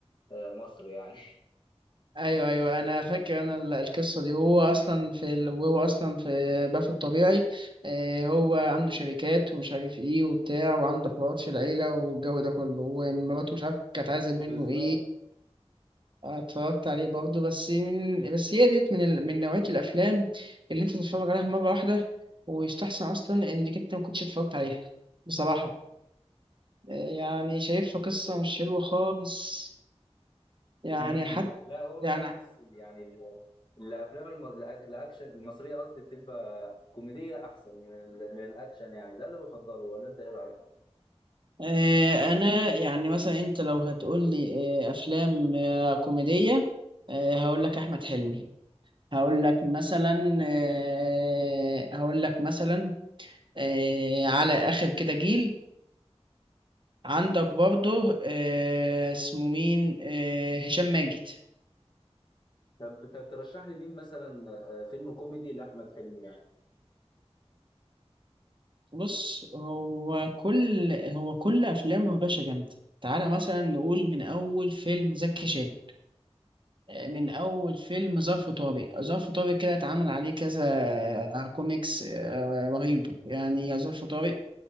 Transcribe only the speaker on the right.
أيوه أيوه أنا فاكر أنا ال- القصة دي وهو أصلا في ال... وهو أصلا في باف الطبيعي آه، هو عنده شركات ومش عارف إيه وبتاع وعنده حوارات في العيلة والجو ده كله ومراته مش عارف كانت عايزة منه
إيه أنا اتفرجت عليه برضه بس من بس هي ديت من ال... من نوعية الأفلام اللي أنت تتفرج عليها مرة واحدة ويستحسن أصلا إنك أنت ما كنتش اتفرجت عليها بصراحة آه، يعني شايفها قصة مش حلوة خالص يعني
حتى
يعني
آه أنا يعني مثلا أنت لو هتقول لي آه أفلام آه كوميدية آه هقول لك أحمد حلمي هقول لك مثلا آه هقول لك مثلا آه على آخر كده جيل عندك برضه آه، اسمه مين آه، هشام ماجد
بص هو كل هو كل افلامه يا باشا جامده تعالى مثلا نقول من اول فيلم زكي شان آه، من اول فيلم ظرف طارق ظرف طارق كده اتعمل عليه كذا كوميكس آه، رهيب يعني يا ظرف طارق